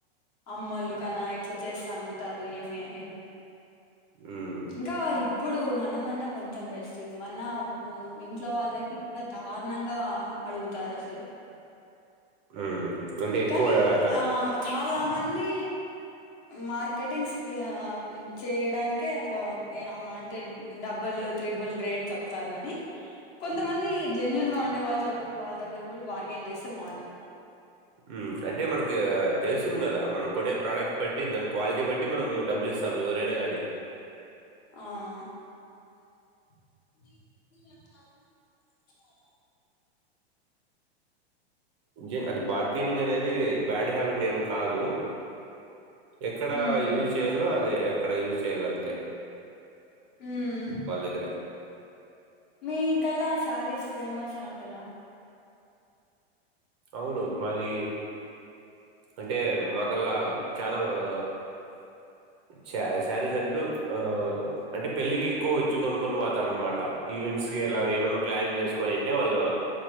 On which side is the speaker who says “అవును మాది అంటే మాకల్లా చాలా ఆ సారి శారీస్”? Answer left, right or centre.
Right